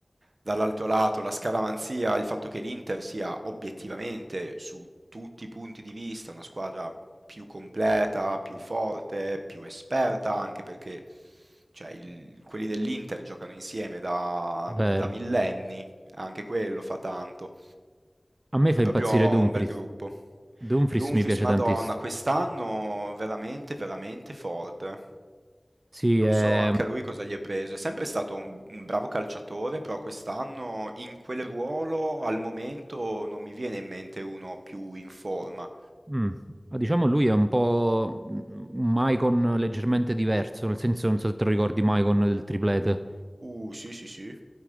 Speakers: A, on the right; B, on the right.
A: dall'altro lato la scaramanzia, il fatto che l'Inter sia obiettivamente su tutti i punti di vista una squadra più completa, più forte, più esperta, anche perché cioè, il- quelli dell'Inter giocano insieme da,
B: vero.
A: da millenni, anche quello fa tanto.
B: A me
A: È
B: fa
A: proprio
B: impazzire
A: un
B: Dumfries.
A: bel gruppo.
B: Dumfries
A: Dumfries,
B: mi piace
A: Madonna,
B: tantissimo.
A: quest'anno veramente, veramente forte.
B: Sì,
A: Non
B: è-
A: so anche a lui cosa gli è preso. È sempre stato un, un bravo calciatore, però quest'anno in quel ruolo al momento non mi viene in mente uno più in forma.
B: mm, diciamo lui è un po' un Maicon leggermente diverso, nel senso non so se te lo ricordi Maicon del triplete.
A: Uh, sì, sì, sì.